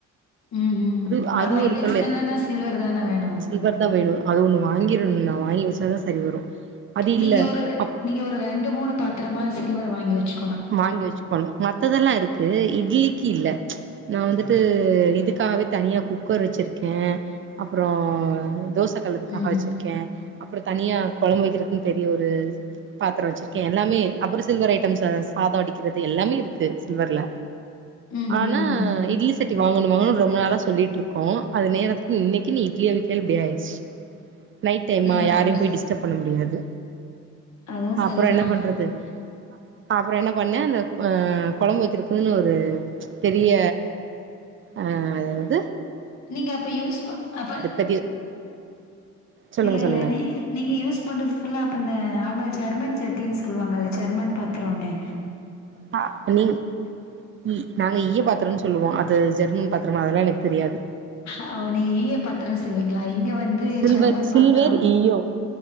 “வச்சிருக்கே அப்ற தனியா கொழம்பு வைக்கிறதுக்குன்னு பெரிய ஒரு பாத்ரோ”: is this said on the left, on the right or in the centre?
Right